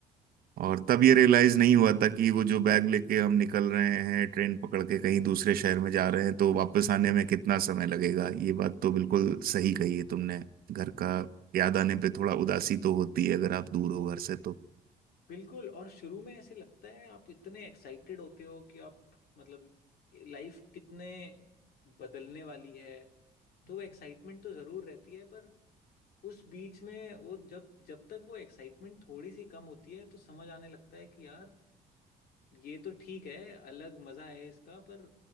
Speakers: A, on the right; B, on the left.
A: और तब ये रियलाइज नहीं हुआ था कि वो जो बैग लेके हम निकल रहे हैं ट्रेन पकड़ के कहीं दूसरे शहर में जा रहे हैं तो वापस आने में कितना समय लगेगा ये बात तो बिल्कुल सही कही है तुमने घर का याद आने पे थोड़ा उदासी तो होती है अगर आप दूर हो घर से तो
B: बिल्कुल और शुरू में ऐसे लगता है आप इतने एक्साइटेड होते हो कि आप मतलब लाइफ कितने बदलने वाली है तो एक्साइटमेंट तो ज़रूर रहती है पर उस बीच में वो जब जब तक वो एक्साइटमेंट थोड़ी सी कम होती है तो समझ आने लगता है कि यार ये तो ठीक है अलग मज़ा है इसका पर